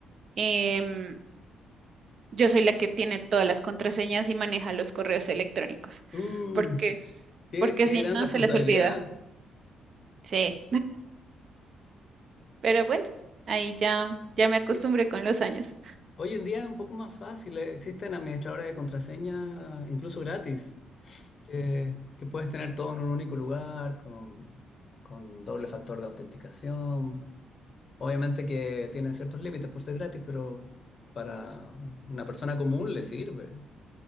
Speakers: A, on the right (about 50°); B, on the left (about 45°).
A: em, yo soy la que tiene todas las contraseñas y maneja los correos electrónicos.
B: Uh,
A: Porque,
B: qué,
A: porque
B: qué
A: si
B: gran
A: no,
B: responsabilidad.
A: se les olvida. Sí, pero bueno, ahí ya, ya me acostumbré
B: Eh,
A: con los años.
B: Hoy en día es un poco más fácil. eh, Existen administradores de contraseña, incluso gratis, que, que puedes tener todo en un único lugar, con, con doble factor de autenticación. Obviamente que tiene ciertos límites por ser gratis, pero para una persona común le sirve.